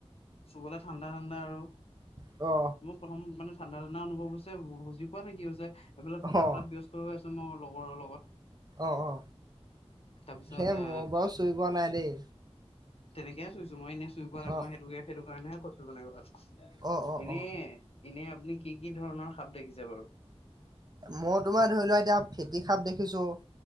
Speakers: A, on the left (about 65°); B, on the right (about 40°).
A: চুবলে ঠাণ্ডা ঠাণ্ডা আৰু।
B: অ।
A: মোৰ প্ৰথম মানে ঠাণ্ডা ঠাণ্ডা অনুভৱ হৈছে বুজি পোৱা নাই কি হৈছে, এফালে কথা
B: অ
A: পতাত ব্যস্ত হৈ আছো মই লগৰৰ লগত
B: অ অ
A: তাৰপিছত
B: সেই
A: এ
B: মই বাও চুই পোৱা নাই দেই
A: তেনেকে চোইছো মই এনেই পোৱা নাই
B: অ
A: মই সেইটোকে সেইটো কাৰণে হে কৈ ছো মানে কথা
B: অ অ
A: এনে
B: অ
A: এনে আপুনি কি কি ধৰণৰ সাপ দেখিছে বাৰু
B: মই তোমাৰ ধৰি লোৱা এতিয়া ফেটি খাপ দেখিছো